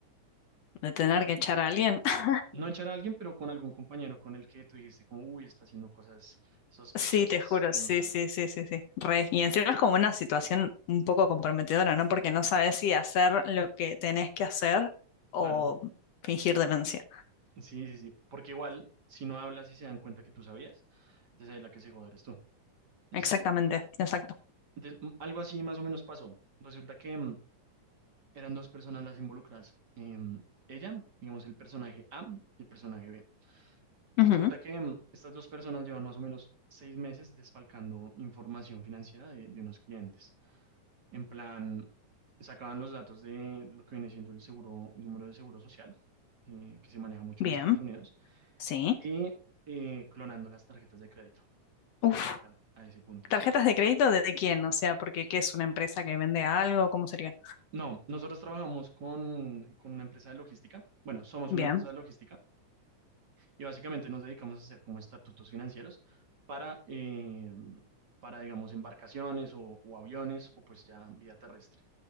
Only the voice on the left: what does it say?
de tener que echar a alguien. <laughs>
Sí, te juro,
sí,
sí, sí, sí, sí. Re. Y encima es como una situación un poco comprometedora, ¿no? Porque no sabes si hacer lo que tenés que hacer o
fingir demencia.
Exactamente, exacto.
Ujú.
Bien,
sí.
Uf,
¿tarjetas
de crédito de quién? O sea, porque ¿qué es una empresa que vende algo? ¿Cómo sería?
Bien,